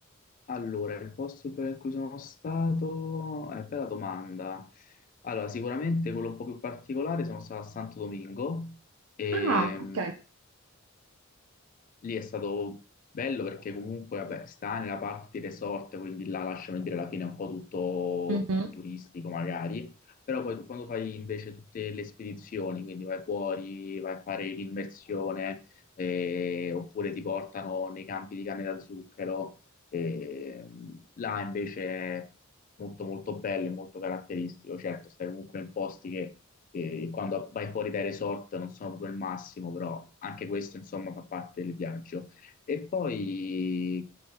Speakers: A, on the left; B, on the right.
A: Allora, il posto bello in cui sono stato, è bella domanda. Allora, sicuramente quello un po' più particolare sono stato a Santo Domingo, e,
B: Ah, ok.
A: Lì è stato bello perché comunque, vabbè, sta nella parte di resort, quindi là lasciami dire alla fine è un po' tutto,
B: Mhm.
A: tutto turistico magari, però poi tu- quando fai invece tutte le spedizioni, quindi vai fuori, vai a fare l'immersione, eh, oppure ti portano nei campi di canne da zucchero, e, mh, là invece è molto molto bello e molto caratteristico. Certo, stai comunque in posti che eh, quando vai fuori dai resort non sono proprio il massimo, però anche questo insomma fa parte del viaggio. E poi